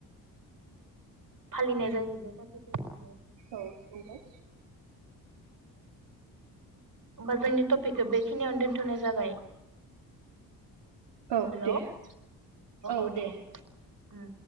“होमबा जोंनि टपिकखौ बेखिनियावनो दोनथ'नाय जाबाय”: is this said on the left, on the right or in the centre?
Right